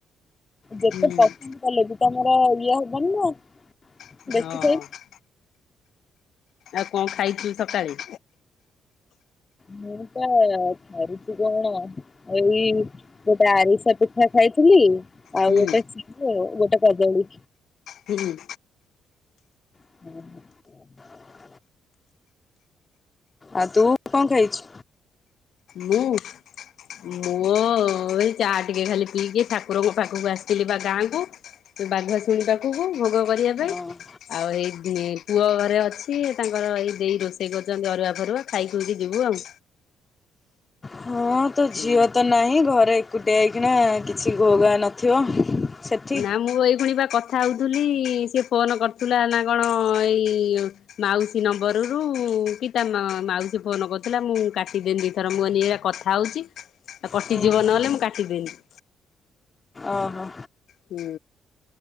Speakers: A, on the left; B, on the left.
A: ଯେତେ
B: ହୁଁ
A: ପସନ୍ଦ <unintelligible> କଲେ ବି ତମର ଇଏ ହବନି ନା।
B: ହଁ।
A: ବେଶୀ ଖାଇ
B: ଆଉ କଣ ଖାଇଛୁ ସକାଳେ?
A: ମୁଁ ତ ଥରୁଚି କଣ ଏଇ ଗୋଟେ ଆରିଷା ପିଠା ଖାଇଥିଲି ଆଉ
B: ହୁଁ
A: ଗୋଟେ ଗୋଟେ କଦଳୀ।
B: ହୁଁ।
A: ହଁ। ଆଉ ତୁ କଣ ଖାଇଚୁ?
B: ମୁଁ? ମୁଁ ଏଇ ଚାହା ଟିକେ ଖାଲି ପିଇକି ଠାକୁରଙ୍କ ପାଖକୁ ଆସିଥିଲି ବା ଗାଁକୁ। ବାଘୁଆ ଶୁଣୀ ପାଖକୁ ଭୋଗ କରିବା ପାଇଁ।
A: ହଁ।
B: ଆଉ ଏଇ ପୁଅ ଘରେ ଅଛି ତାଙ୍କର ଏଇ ଦେଇ ରୋଷେଇ କରୁଛନ୍ତି ଅରୁଆ ଫରୁଆ ଖାଇଖୁଇକି ଯିବୁ ଆଉ।
A: ହଁ ତୋ
B: ହୁଁ
A: ଝିଅ ତ ନାହିଁ ଘରେ ଏକୁଟିଆ ହେଇକିନା କିଛି ଘୋଘା ନଥିବ। ସେଠି
B: ନାଁ ମୁଁ ଏଇ ଫୁଣି ବା କ ଥା ହୋଉଥିଲି ସିଏ ଫୋନ୍ କରୁଥିଲା ନା କଣ ଏଇ ମାଉସୀ ନମ୍ବରରୁୁ କି ତା ମାଉସୀ ଫୋନ କରୁଥିଲା ମୁଁ କାଟିଦେନି ଦିଇଥର ମୁଁ କହିଲି ଏଇନା କଥା କଥା ହୋଉଛି ଆଉ କଟିଯିବ
A: ହୁଁ ହୁଁ
B: ନହେଲେ ମୁଁ କାଟିଦେନି।
A: ଓହୋ।
B: ହୁଁ।